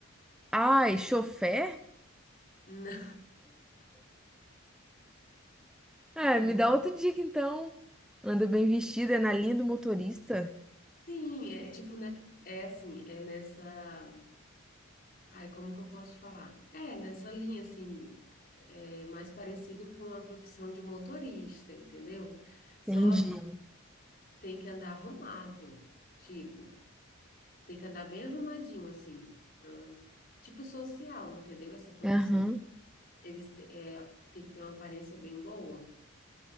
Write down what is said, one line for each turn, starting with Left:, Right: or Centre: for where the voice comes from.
Centre: Ai, chofer?
Left: Não,
Centre: Ah,
Left: não.
Centre: me dá outra dica então. Anda bem vestida, é na linha do motorista?
Left: Sim, é tipo, né? É assim, é nessa. Ai, como que eu posso te falar? É, nessa linha, assim, é mais parecido com a profissão de motorista, entendeu? Só
Centre: Entendi.
Left: que tem que andar arrumado, tipo, tem que andar bem arrumadinho, assim, não. Tipo social, entendeu? Essa profissão.
Centre: Aham.
Left: Eles te- é, tem que ter uma aparência bem boa.